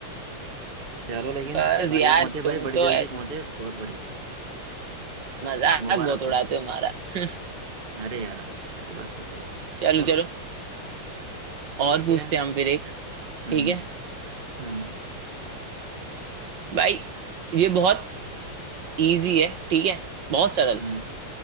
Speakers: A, on the right (about 40°); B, on the right (about 60°).
A: चलो लेकिन
B: बस
A: बढ़िया
B: यार
A: पहुंचे भाई
B: तुम
A: बड़ी
B: तो
A: जल्दी
B: ए-
A: पहुंचे बहुत बढ़िया
B: मजाक
A: मुबारक
B: बहुत
A: हो
B: उड़ाते हो हमारा <laughs>
A: अरे यार कैसी बात करते हैं भाई
B: चलो
A: चलो
B: चलो
A: ठीक
B: और पूछते
A: है
B: हैं हम फिर एक
A: हम्म
B: ठीक है
A: हम्म
B: भाई ये बहुत इजी है ठीक है बहुत सरल
A: हम्म